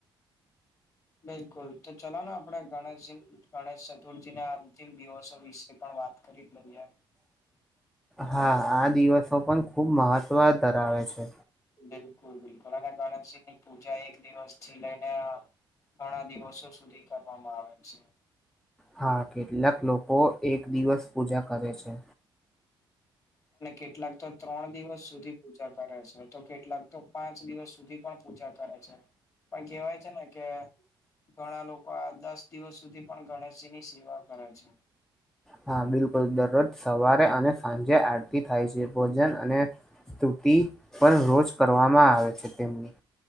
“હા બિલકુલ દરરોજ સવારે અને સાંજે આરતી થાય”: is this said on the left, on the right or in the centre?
Centre